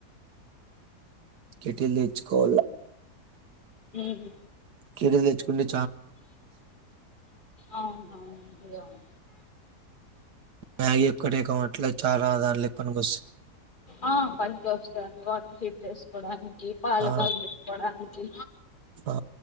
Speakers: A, on the right; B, on the left.
A: కెటిల్ తెచ్చుకోవాలా.
B: ఉమ్.
A: క్రీడలు తెచ్చుకుని
B: అవును అవును అవును
A: మ్యాగీ ఒక్కటే కావట్ల చాలా దాంట్లకి పనికొస్తది.
B: ఆ పంచి వస్తుందిండి వాటర్ హీట్ చేసుకోవడానికి పాల
A: ఆ
B: కాలు పెట్టుకోవడానికి
A: ఆ